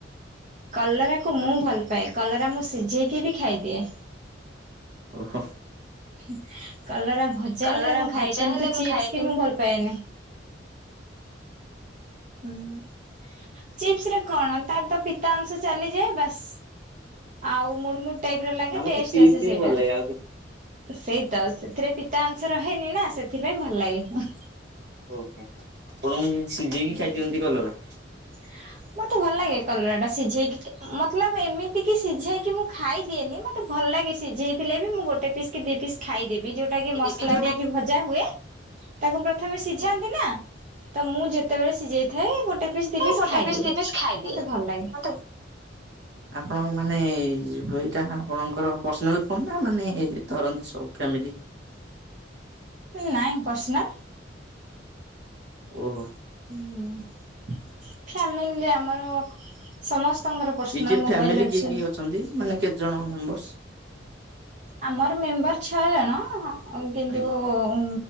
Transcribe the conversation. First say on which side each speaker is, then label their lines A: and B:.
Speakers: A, on the right; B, on the right.
A: କଲରାକୁ ମୁଁ
B: ଓହୋ
A: ଭଲ ପାଏ, କଲରା ମୁଁ ସିଝେଇକି ବି ଖାଇଦିଏ।
B: ଓହୋଃ।
A: ହୁଁ କଲରା ଭଜା
B: କଲରା
A: ହେଲେ ମୁଁ ଖାଏ
B: ଭଜା
A: କିନ୍ତୁ
B: ହେଲେ ମୁଁ
A: ଚିପ୍ସ
B: ଖାଏ
A: କି ମୁଁ ଭଲ ପାଏନି। ହୁଁ ଚିପ୍ସ୍ ରେ କଣ ତାର ତ ପିତା ଅଂଶ ଚାଲିଯାଏ ବାସ୍। ଆଉ ମୁଡ ମୁଡ ଟାଇପ୍ ର ଲାଗେ
B: ନା
A: ଟେଷ୍ଟ
B: ମତେ ଚିପ୍ସ
A: ଆସେ
B: ହିଁ
A: ସେଇଟା।
B: ଭଲ ଲାଗେ ଆଉ
A: ସେଇ ତ ସେଥିରେ ପିତା ଅଂସ ରହେନି ନା ସେଥିପାଇଁ ଭଲ ଲାଗେ।
B: ଓହୋ ଆପଣ ସିଝେଇକି ଖାଇଦିଅନ୍ତି କଲରା?
A: ହଁ ମୋତେ ଭଲ ଲାଗେ କଲରା ଟା ସିଝେଇକି ମତଲବ ଏମିତି କି ସିଝେଇକି ମୁଁ ଖାଇଦିଏନି। ମୋ ତ ଭଲ ଲାଗେ ସିଝେଇ ଥିଲେ ବି ମୁଁ ଗୋଟେ ପିସ୍ କି ଦି ପିସ୍ ଖାଇଦେବି। ଯୋଉ ଟାକି ମସଲା
B: ଦେବି ଯୋଉଟା
A: ଦେଇକି ଭଜା ହୁଏ। ତାକୁ ପ୍ରଥମେ ସିଝାନ୍ତି
B: କି
A: ନା ତ ମୁଁ ଯେତେବେଳେ ସିଝେଇ ଥାଏ ଗୋଟେ ପିସ୍ ଦି
B: ଗୋଟେ
A: ଖାଇ
B: ପିସ୍
A: ଦିଏ।
B: ଦି ପିସ୍ ଖାଇଦିଏ
A: ମୋତେ ଭଲ ଲାଗେ।
B: ମତେ ଆପଣ ମାନେ ଏଇଟା ଆପଣଙ୍କର ପର୍ସନାଲ୍ ଫୋନ୍ ନା ମାନେ ଧରନ୍ତି ସବୁ ଫ୍ୟାମିଲି?
A: ଏ ନାଇଁ ପର୍ସନାଲ୍।
B: ଓହୋ।
A: ନା ଫେମିଲି ଆମର ସମସ୍ତଙ୍କର ପର୍ସନାଲ୍
B: କିଏ କିଏ
A: ମୋବାଇଲ୍
B: ଫ୍ୟାମିଲି
A: ଅଛି।
B: କିଏ କିଏ ଅଛନ୍ତି ମାନେ କେତେ ଜଣ ମେମ୍ବର୍ସ?
A: ଆମର ମେମ୍ବର୍ ଛଅ ଜଣ ଅ, କିନ୍ତୁ
B: ଆଇ
A: ଉଁ,